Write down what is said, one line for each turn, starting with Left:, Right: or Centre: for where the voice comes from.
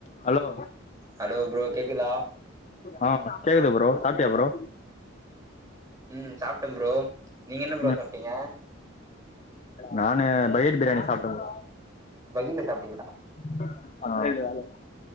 Left: hello
Right: hello bro கேக்குதா
Left: ஆ கேக்குது ப்ரோ சாப்டியா ப்ரோ
Right: ம் சாப்டோ ப்ரோ நீங்க என்ன ப்ரோ
Left: ம்
Right: சாப்டீங்க
Left: நானு பக்கட் பிரியாணி சாப்ட்டேன்
Right: பக்கீட்ல சாப்ட்டீங்களா
Left: ப்ரோ ஆ வேல